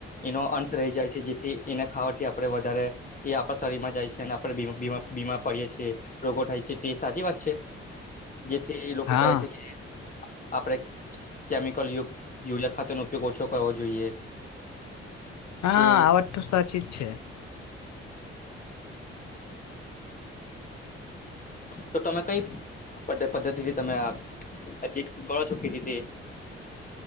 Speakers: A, on the left (about 25°); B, on the left (about 65°).
A: એનો અંશ રહી જાય છે જેથી એને ખાવાથી આપણે વધારે એ આપણા શરીરમાં જાય છે અને આપણે બીમાર પડીએ છીએ, રોગો થાય છે તે સાચી વાત છે? જેથી લોકો
B: હા
A: કહે છે કે આપડે કેમી કલ યુક્ત યુયા ખાતર નો ઉપયોગ ઓછો કરવો જોઈએ.
B: હા,
A: તે
B: આ વાત તો સાચી જ છે.
A: તો તમે કઈ પદ પદ્ધતિથી તમે આય થીક કરો છો કે ખેતી